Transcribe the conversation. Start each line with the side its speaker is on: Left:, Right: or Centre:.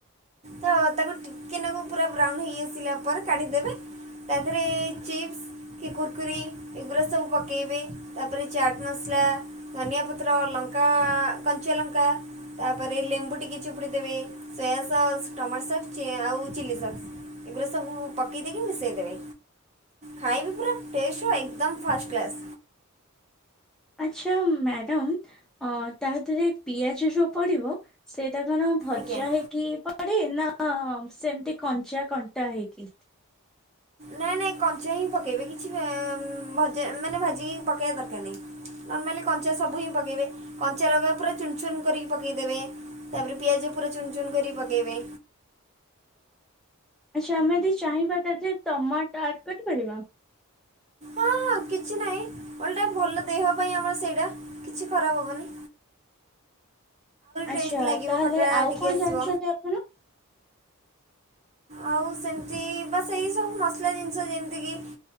Right: ତ ତାକୁ ଟିକେନାକୁ ପୁରା ବ୍ରାଉନ୍ ହେଇ ଆସିଲା ପରେ କାଢିଦେବେ ତାପରେ ଚିପ୍ସ କି କୁର୍କୁରି୍ ଏଗୁରା ସବୁ ପକେଇବେ ତାପରେ ଚାଟ୍ ମସଲା୍ ଧନିଆ ପତ୍ର ଲଙ୍କା କଞ୍ଚା ଲଙ୍କା ତାପରେ ଲେମ୍ବୁ ଟିକେ ଚିପୁଡ଼ି ଦେବେ ସୋୟା ସସ୍ ଟମାଟୋ ସସ୍ ଟିଏ ଆଉ ଚିଲ୍ଲି ସସ୍। ପୁରା ସବୁ ପକେଇ ଦେଇକି ମିଶେଇଦବେ ଖାଇବେ ପୁରା ଟେଷ୍ଟର ଏକଦମ୍ ଫାଷ୍ଟ କ୍ଲାସ୍।
Centre: ଆଚ୍ଛା ମ୍ୟାଡ଼ମ୍ ଅ ତା ଦେହରେ ପିଆଜ ଯୋଉ ପଡ଼ିବ ସେଇଟା କଣ ଭଜା
Right: ଆଜ୍ଞା
Centre: ହେଇକି ପଡେ ନା ସେମିତି କଞ୍ଚା କଣ୍ଟା ହେଇକି?
Right: ନାଇଁ ନାଇଁ କଞ୍ଚା ହିଁ ପକେଇବେ କିଛି ଭଜା ମାନେ ଭାଜି ପକେୟା ଦରକାର ନାହିଁ। ନର୍ମାଲି କଞ୍ଚା ସବୁ ହିଁ ପକାଇବେ କଞ୍ଚା ଲଙ୍କା ପୁରା ଚୁନ୍ ଚୁନ୍ କରିକି ପକେଇଦେବେ ତାପରେ ପିଆଜ ପୁରା ଚୁନ୍ ଚୁନ୍ କରି ପକେଇବେ।
Centre: ଆଚ୍ଛା ଆମେ ଯଦି ଚାହିଁବା ତା ଦେହରେ ଟମାଟ ଆଡ୍ କରିପାରିବା?
Right: ହଁ ହଁ କିଛି ନାହିଁ ଓଲଟା ଭଲ ଦେହ ପାଇଁ ଆମର ସେଇଟା କିଛି ଖରାପ ହବନି।
Centre: ଆଛା
Right: ଟେଷ୍ଟ ଲାଗିବ
Centre: ତାହେଲେ
Right: ଖଟା
Centre: ଆଉ
Right: ଟିକେ
Centre: କଣ
Right: ଆସିବ
Centre: ଜାଣିଚନ୍ତି ଆପ୍
Right: ଆଉ ସେମିତି ବା ସେଇ ସବୁ ମସଲା ଜିନିଷ ଯେମିତିକି